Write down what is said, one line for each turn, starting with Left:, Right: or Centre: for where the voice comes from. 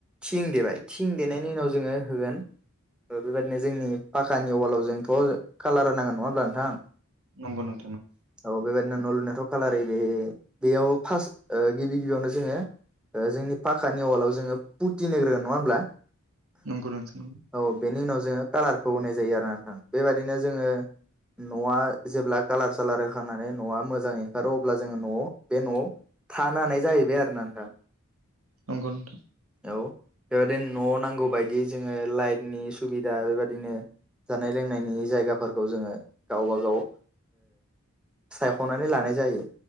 Centre: थिं देबाय। थिं देनायनि उनाव जोङो होगोन ओ बेबायादिनो जोंनि पाखानि अवालाव जोंथ' कालारा नांगोन नङा होमब्ला नोंथां?
Right: नंगौ नों
Centre: औ बेबायाददिनो नलुनाथ' खालार बे बेयाव फासथ ओ गिबि गिबियावनो जोङो ओ जोंनि पाखानि वलाव जोङो फुथिनो ग्रोगोन नङा होमब्ला?
Right: नोंगौ नोनथां नांगौ।
Centre: औ बेनि उनाव जोङो कालारखौ होनाय जायो आरो नोंथां बेबायादिनो जोङो न'आ जेब्ला कालार स आलार होखांनानै न'आ मोजां ओंखारो अब्ला जोङो न'आव बे न'आव थानो हानाय जाहैबाय आरो ना नोंथां।
Right: नंगौ नथां।
Centre: औ बेबदिनो न' नांगौ बायदि जोङो लाइटनि सुबिदा बेबायदिनो जानाय लोंनायनि जायगाफोरखौ जोङो गावबाागाव ओ सायख'नानै लानाय जायो